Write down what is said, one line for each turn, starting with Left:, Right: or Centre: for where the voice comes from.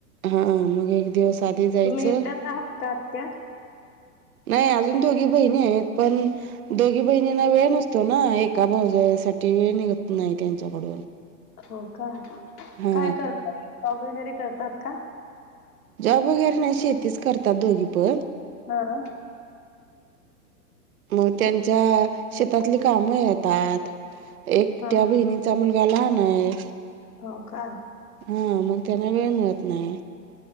Right: हा मग एक दिवस आधी जायचं
Left: तुम्हीच एकटाच आहात का आत्या?
Right: नाही अजून दोघी बहिणी आहेत पण दोघी बहिणींना वेळ नसतो ना एका भाऊज साठी वेळ निघत नाही त्यांच्याकडून
Left: हो का
Right: हा
Left: काय करतात जॉब वगैरे करतात का.
Right: जॉब वगैरे नाही शेतीच करतात दोघी पण
Left: हा.
Right: मग त्यांच्या शेतातली काम येतात एक
Left: हा
Right: त्या्या
Left: हा
Right: बहिणी चा मुलगा लाहान आहे.
Left: हो का.
Right: हा मग त्यांना वेळ मिळत नाही.